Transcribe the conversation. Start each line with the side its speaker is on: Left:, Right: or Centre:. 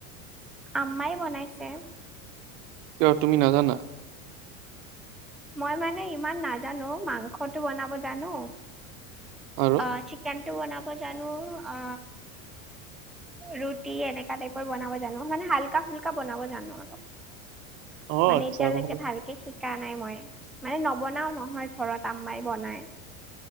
Centre: আম্মাই বনাইছে।
Right: কিয় তুমি নাজানা?
Centre: মই মানে ইমান নাজানো মাংসটো বনাব জানো
Right: আৰু?
Centre: আ, চিকেনটো বনাব জানো আ ৰুটি এনেকা টাইপৰ বনাব জানো মানে হাল্কা ফুল্কা বনাব জানো অলপ।
Right: অ',
Centre: মানে
Right: আচ্ছা
Centre: এতিয়ালৈকে
Right: নহ'লে
Centre: ভাল কে শিকা নাই মই, মানে নবনাও নহয় ঘৰত আম্মাই বনাই।